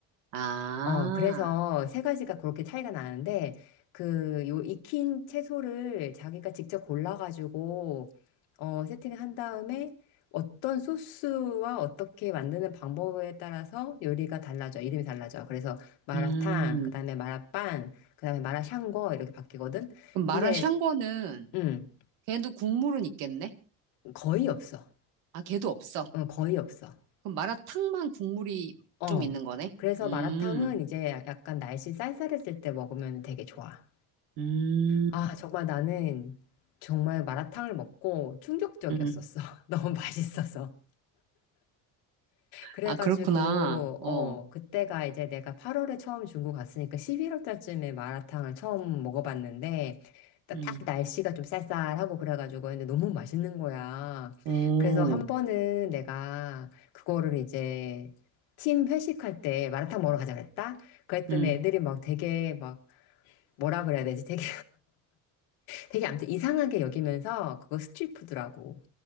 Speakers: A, on the right; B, on the left.
A: 아,
B: 어, 그래서 세 가지가 그렇게 차이가 나는데, 그, 요 익힌 채소를 자기가 직접 골라가지고, 어, 세팅을 한 다음에 어떤 소스와 어떻게 만드는 방법에 따라서 요리가 달라져. 이름이 달라져. 그래서 마라탕,
A: 음.
B: 그 다음에 마라빵, 그 다음에 마라샹궈 이렇게 바뀌거든.
A: 그럼 마라샹궈는
B: 근데, 음,
A: 걔도 국물은 있겠네?
B: 거의 없어.
A: 아, 걔도 없어.
B: 어, 거의 없어.
A: 그럼 마라탕만 국물이
B: 어.
A: 좀 있는 거네?
B: 그래서
A: 음,
B: 마라탕은 이제 약간 날씨 쌀쌀했을 때 먹으면 되게 좋아.
A: 음,
B: 아, 정말 나는 정말 마라탕을 먹고 충격적이었었어.
A: 음.
B: <laughs> 너무 맛있어서. 그래가지고,
A: 아, 그렇구나. 어,
B: 어, 그때가 이제 내가 8월에 처음 중국 갔으니까 11월 달쯤에 마라탕을 처음 먹어봤는데, 딱,
A: 음,
B: 딱 날씨가 좀 쌀쌀하고 그래가지고 근데 너무 맛있는 거야.
A: 오,
B: 그래서 한 번은 내가 그거를 이제 팀 회식할 때 마라탕 먹으러 가자 그랬다? 그랬더니
A: 음,
B: 애들이 막 되게 막 뭐라 그래야 되지? 되게 되게 아무튼 이상하게 여기면서 그거 스트릿푸드라고